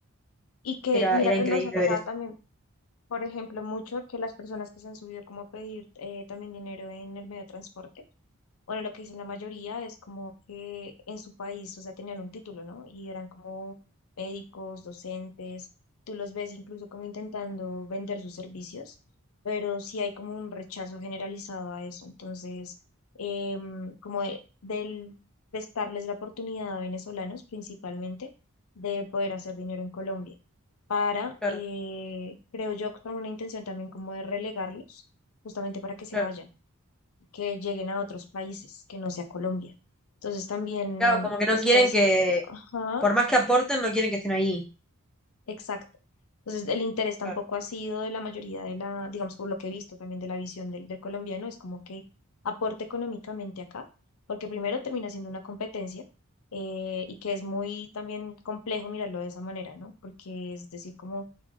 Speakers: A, on the left (about 70°); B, in the centre.
A: Y que
B: era,
A: mira
B: era
A: que
B: increíble
A: nos ha pasado
B: ver eso.
A: también, por ejemplo, mucho que las personas que se han subido como a pedir eh, también dinero en el medio de transporte bueno, lo que dicen la mayoría es como que en su país, o sea, tenían un título, ¿no? Y eran como médicos, docentes, tú los ves incluso como intentando vender sus servicios, pero sí hay como un rechazo generalizado a eso. Entonces, em, como de, del prestarles la oportunidad a venezolanos principalmente de poder hacer dinero en Colombia, para,
B: Claro,
A: eh, creo yo, con una intención también como de relegarlos, justamente para que se
B: claro.
A: vayan que lleguen a otros países, que no sea Colombia. Entonces también,
B: Claro, como que
A: eso,
B: no quieren
A: o sea, es,
B: que,
A: ajá,
B: por más que aporten, no quieren que estén ahí.
A: exacto. Entonces el interés tampoco
B: Claro,
A: ha sido de la mayoría de la, digamos, por lo que he visto también de la visión del, del colombiano, es como que aporte económicamente acá, porque primero termina siendo una competencia eh, y que es muy también complejo mirarlo de esa manera, ¿no? Porque es decir, como